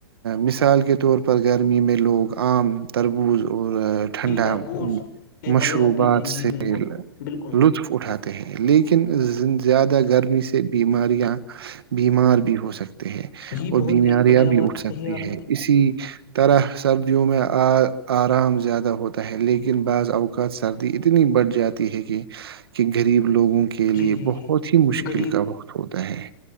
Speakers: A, on the right (about 80°); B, on the left (about 55°).
A: مثال کے طور پر گرمی میں لوگ عام تربوز اور ٹھنڈا
B: جی تربوز یہ
A: مشروبات
B: وغیرہ پیتے ہیں
A: سے
B: جی بالکل بالکل
A: لطف اٹھاتا ہیں لیکن زیادہ گرمی سے بیماریاں بیمار بھی ہو س
B: جی
A: اور
B: بہت
A: بیماریاں
B: ہی بڑھیا
A: بھی
B: بات
A: اٹھ سکتی
B: کہی آپ
A: ہے اسی طرح سردیوں میں آ آرام زیادہ ہوتا ہے لیکن بعض اوقات سردی اتنی بڑھ جاتی ہے کہ کہ غریب لوگوں
B: نے
A: کے
B: جی
A: لیے
B: جی
A: بہت
B: جی
A: ہی مشکل
B: غریب
A: کا وقت ہوتا ہے